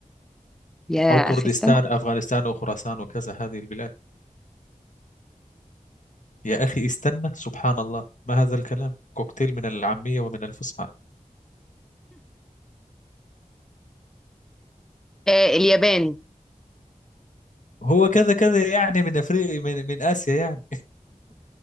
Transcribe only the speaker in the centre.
يا
أخي استنى
آه اليابان